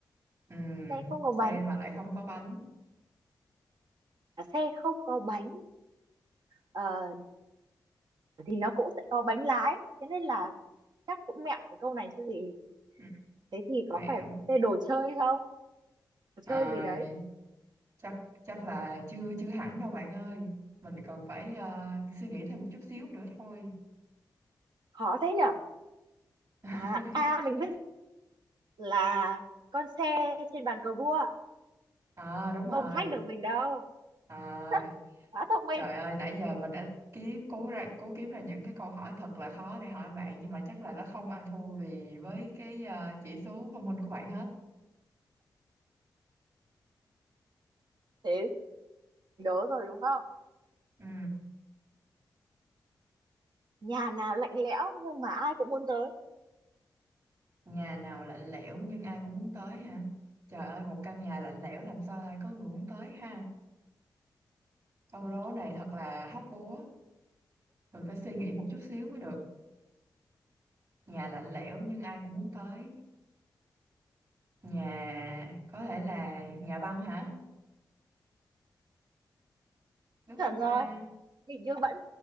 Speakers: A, on the right; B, on the right.
A: Ừ,
B: Xe không có
A: xe
B: bánh,
A: mà lại không có bánh.
B: à, xe không có bánh ờ, thì nó cũng sẽ có bánh lái. Thế nên là chắc cũng mẹo cái câu này chứ gì.
A: Ừ,
B: Thế thì
A: mẹo.
B: có phải xe đồ chơi không? Đồ
A: À,
B: chơi gì đấy?
A: chắc chắc là chưa chưa hẳn đâu bạn ơi. Mình còn phải ờ, suy nghĩ thêm một chút xíu nữa thôi.
B: Khó thế nhỉ?
A: <laughs>
B: À, à mình biết là con xe trên bàn cờ vua
A: À đúng rồi.
B: không thách được mình đâu.
A: À,
B: <laughs> Quá thông minh.
A: trời ơi nãy giờ mình đã kiếm cố ra cố kiếm ra những cái câu hỏi thật là khó để hỏi bạn nhưng mà chắc là nó không ăn thua vì với cái ờ, chỉ số thông minh của bạn hết.
B: Thế đố rồi đúng không?
A: Ừ,
B: Nhà nào lạnh lẽo nhưng mà ai cũng muốn tới.
A: nhà nào lạnh lẽo nhưng ai cũng muốn tới hả? Trời ơi, một căn nhà lạnh lẽo làm sao ai có người muốn tới ha? Câu đố này thật là hóc búa, mình phải suy nghĩ một chút xíu mới được. Nhà lạnh lẽo nhưng ai cũng muốn tới. Nhà có thể là nhà băng hả? Đúng
B: Chuẩn
A: không ta?
B: rồi. hình như vẫn